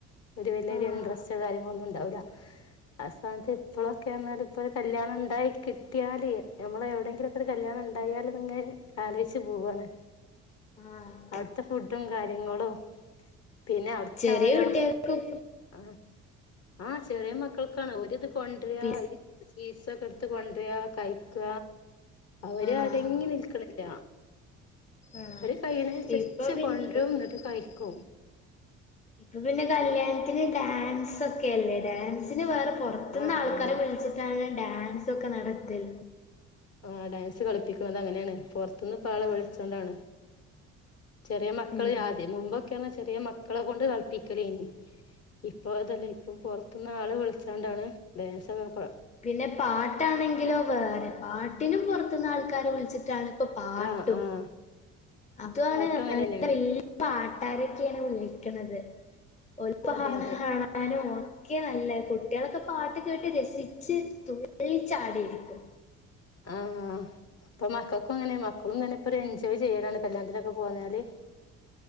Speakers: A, on the left; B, on the left.
A: ഒരു വലിഒരു
B: ആഹ്
A: ഇൻട്രസ്റ്റ് കാര്യങ്ങളോ ഒന്നും ഉണ്ടാവില്ല ആസ്ഥാനത്ത് ഇപ്പോളോക്കൊനറഞ്ഞ ഇപ്പോഒരു കല്യാണം ഇണ്ടായി കിഡ്യായല് നമ്മള് എവിടെയെങ്കിലും ഒക്കെ ഒരു കല്യാണം ഇണ്ടായാലും നിങ്ങെ ആലോയ്ച്ച് പോവണ്
B: ആഹ്
A: അവിട്ത്തെ ഫുഡും കാര്യങ്ങളും പിന്നെ അവിട്ത്തോരോ
B: ചെറിയ കുട്ടികൾക്കും
A: ആഹ് ആ ചെറിയ മക്കൾക്കാണ് ഒരിത് കൊണ്ടരാ
B: പി
A: സീറ്റ്സൊക്കെ എടുത്ത് കൊണ്ട്രാ കഴിക്ക അവര്
B: ആഹ്
A: അടങ്ങി നിൽക്കിണില്ല
B: ആഹ്
A: കൈണെ സച്ച്
B: ഇപ്പൊ പിന്നെ
A: കൊണ്ട്രും ന്നിട്ട് കഴിക്കും
B: ഇപ്പൊ പിന്നെ കല്യാണത്തിന് ഡാൻസ്ക്കെ അല്ലേ ഡാൻസിന് വേറെ പോറ ത്ത്ന്ന്
A: ആഹ്
B: ആൾക്കാരെ
A: ആഹ്
B: വിളിച്ചിട്ടാണ് ഡാൻസോക്കെ നടത്തൽ
A: ആ ഡാൻസ് കളിപ്പിക്ന്നത് അങ്ങനണ് പോറത്തുന്ന് പാളെ
B: ആഹ്
A: വിളിച്ചോണ്ടാണ് ചെറിയ മക്കൾ
B: ഉം
A: ആതി മുമ്പൊക്കെന്നറഞ്ഞ ചെറിയ മക്കളെ കൊണ്ട് ക ളപ്പിക്കലേനി ഇപ്പൊ അതല്ലേ ഇപ്പൊ പുറത്ത് ന് ആള് വിളിച്ചാണ്ടാണ് ഡാൻസൊക്കെ പ
B: പിന്നെ പാട്ടാണെങ്കിലോ വേറെ പാട്ടിനും പോറത്ത് ന്ന് ആൾക്കാരെ വിളിച്ചിട്ടാണ് ഇപ്പ പാട്ടും
A: ആഹ് ആഹ്
B: അതാണ്
A: പാട്ടും അങ്ങനെ
B: നല്ല
A: തന്നെയാണ്
B: വലിയ പാട്ടുരൊക്കെണ് വിളിക്ണത് ഓൽ പാട്നെ
A: അതെ അതെ
B: കാണാനും ഒക്കെ നല്ല കുട്ടികളൊക്കെ പാട്ട് കേട്ട് രസിക്ക ച്ച് തുള്ളിച്ചാടയിരിക്കും
A: ആഹ് ഇപ്പൊ മക്കക്കും അങ്ങനെ മക്കളും തന്നെ ഒരു എൻജോയ് ചെയ്യലാണ് കല്യാത്തിനൊക്കെ പോന്നാല്